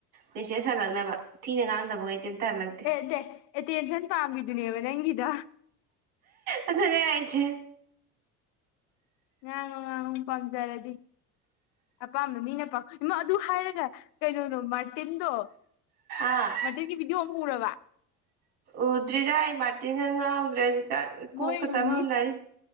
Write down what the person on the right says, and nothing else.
ꯃꯦꯁꯦꯖ ꯍꯜꯂꯛꯅꯕ ꯊꯤꯅ ꯉꯥꯡꯗꯕ ꯀꯩꯇ ꯑꯝꯇ ꯍꯜꯂꯛꯇꯦ
ꯑꯗꯨꯅꯦ ꯍꯥꯌꯖꯦ
ꯑꯥ
ꯎꯗ꯭ꯔꯗ ꯑꯩ ꯃꯥꯇꯅ ꯅꯪ ꯖꯤꯇ ꯀꯣꯛꯀ
ꯆꯃꯝꯅꯔꯤ